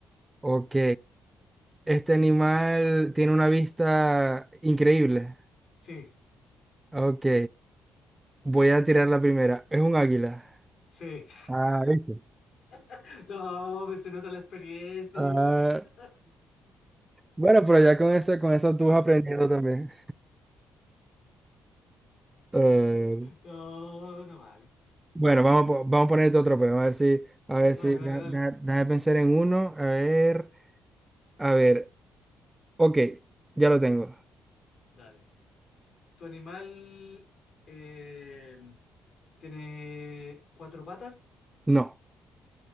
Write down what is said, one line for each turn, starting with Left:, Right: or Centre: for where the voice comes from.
Right: Ok. Este animal tiene una vista increíble.
Left: sí,
Right: Ok. Voy a tirar la primera. Es un águila.
Left: sí.
Right: Ah, ¿viste?
Left: <laughs> No, pues se nota la experiencia
Right: Ah,
Left: y... <laughs>
Right: bueno, pero ya con esa, con esa tú vas aprendiendo también. Eh,
Left: No, no vale.
Right: bueno, vamos, a po- vamos a ponerte otro pero a ver si, a ver
Left: Dale,
Right: si,
Left: dale,
Right: da-
Left: dale.
Right: da- déjame pensar en uno, a ver, a ver, ok, ya lo tengo.
Left: Dale. ¿Tu animal eh, tiene cuatro patas?
Right: No,